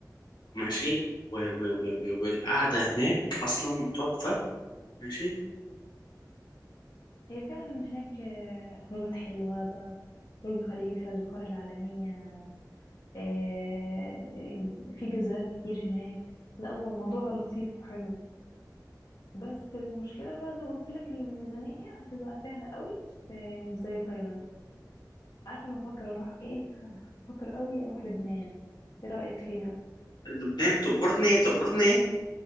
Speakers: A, on the left (about 85°); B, on the left (about 70°).
A: ماشي و... و... و... و... والقعدة هناك أصلا تحفة ماشي
B: هي فعلا هناك آه، خروجات حلوة بقى برج خليفة القرية العالمية آه، في جزيرات كتير هناك لا هو الموضوع لطيف وحلو بس المشكلة بقى زي ما قلت لك الميزانية هتبقى سهلة قوي آه، مش زي تايلاند عارفة أنا بفكر أروح إيه <laughs> بفكر قوي أروح لبنان إيه رأيك فيها؟
A: لبنان تأمرني تأمرني